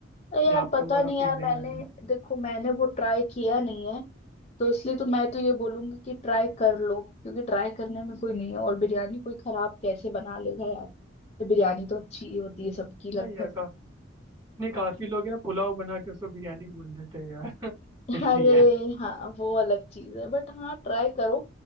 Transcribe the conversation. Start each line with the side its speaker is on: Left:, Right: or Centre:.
Left: अरे
Right: यहाँ
Left: यार पता
Right: पे वो वाला
Left: नहीं
Right: फील
Left: यार
Right: नहीं
Left: मैंने
Right: आएगा
Left: देखो मैंने वो ट्राई किया नहीं है तो इसलिए तो मैं तो ये बोलूंगी कि ट्राई कर लो क्योंकि ट्राई करने में कोई नहीं है और बिरयानी कोई खराब कैसे बना लेगा यार तो बिरयानी तो अच्छी ही होती है सबकी लगभग
Right: नहीं यार का नहीं काफी लोग है ना पुलाव बना के उसको बिरयानी बोल देते हैं यार <laughs>
Left: अरे
Right: इसलिए
Left: हाँ वो अलग चीज है बट हाँ ट्राई करो